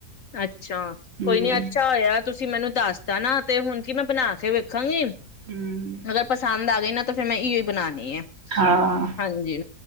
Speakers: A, on the left; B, on the right.
A: ਅੱਛ ਅੱਛਾ
B: ਹਮ
A: ਕੋਈ ਨੀ ਅੱਛਾ ਹੋਇਆ। ਤੁਸੀਂ ਮੈਨੂੰ ਦੱਸਤਾ ਨਾ ਤੇ ਹੁਣ ਕੀ ਮੈਂ ਬਣਾ ਕੇ ਵੇਖ ਵੇਖਾਗਾ।
B: ਹਮ
A: ਅਗਰ ਪਸੰਦ ਆ ਐਨੋ ਫਿਰ ਮੈਂ ਇਹੀ ਹੀ ਬਣਾ ਐ
B: ਹਾਂ
A: ਹਾਂਜੀ,